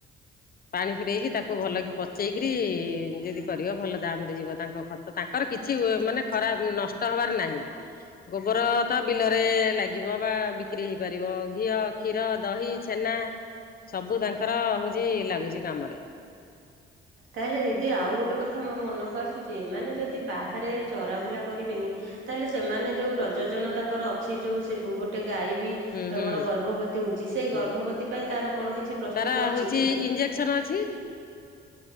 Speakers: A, on the left; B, on the right.
A: ପାଣି ପୂରେଇକି, ତାକୁ ଭଲ କିି ପଚେଇକରି, ଯଦି କରିବ ଭଲ ଦାମରେ ଯିବ ତାଙ୍କ ଖତ, ତାଙ୍କର କିଛି ମାନେ ଖରାପ ନଷ୍ଟ ହବାର ନାହିଁ, ଗୋବର ତ ବିଲରେ ଲାଗ୍। ଯିବ ବା ବିକ୍ରି ହେଇପାରିବ ଘିଅ, କ୍ଷୀର, ଦହି, ଛେନା ସବୁ ତାଙ୍କର ହଉଛି ଲାଗୁଛି କାମରେ।
B: ତାହେଲେ ଦିଦି ଆଉ ଗୋଟେ କଥା ମୋ ମନକୁ ଆସୁଛି, ଏମାନେ ଯଦି ବାହାରେ ଚରାବୁଲା କରିବେନି, ତାହେଲେ ସେମାନେ ଯୋଉ ପ୍ରଯୋଜନ ତାଙ୍କର, ଅଛି ଯୋଉ ଗୋଟେ ଗାଈ। ବି
A: ହୁଁ ହୁଁ
B: ଆମର ଗର୍ଭବତୀ ହଉଛି ସେଇ
A: ହୁଁ।
B: ଗର୍ଭବତୀ ପାଇଁ ତାର କଣ କିଛି। ପ୍ରସ୍ତୁତ
A: ତାର
B: ଅଛି
A: ହଉଛି
B: କି?
A: ଇଞ୍ଜେକ୍ସନ୍ ଅଛି।